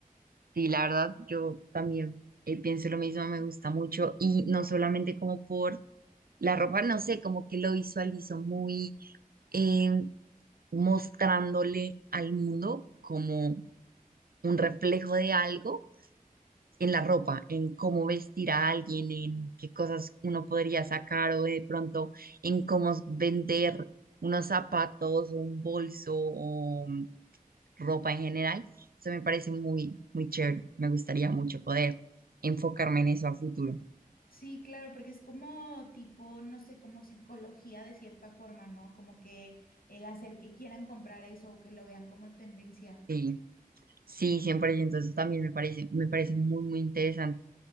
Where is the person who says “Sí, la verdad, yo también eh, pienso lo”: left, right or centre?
Right